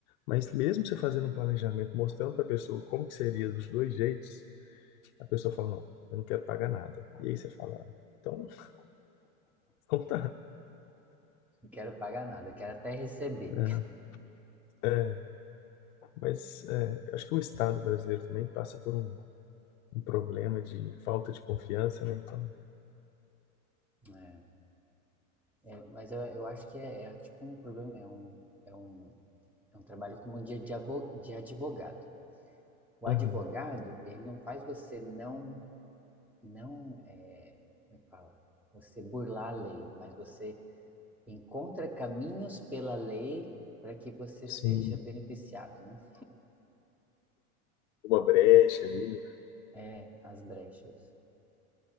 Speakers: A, on the left (about 65°); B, in the centre.
A: Mas mesmo você fazendo um planejamento, mostrando para a pessoa como que seria dos dois jeitos, A pessoa fala, não, eu não quero pagar nada. E aí você fala, "Ah, então, <laughs> então tá.
B: não quero pagar nada, eu quero até receber.
A: né? É, mas é, eu acho que o Estado brasileiro também passa por um, um problema de falta de confiança, né? Então,
B: É, é, mas eu, eu acho que é, é tipo um problema, é um, é um, é um trabalho como de, de, avo- de advogado. O
A: uhum,
B: advogado, ele não faz você não, não, é, como é que fala? Você burlar a lei, mas você encontra caminhos pela lei para que você
A: sim,
B: seja beneficiado, né?
A: uma brecha ali, né?
B: É, as brechas.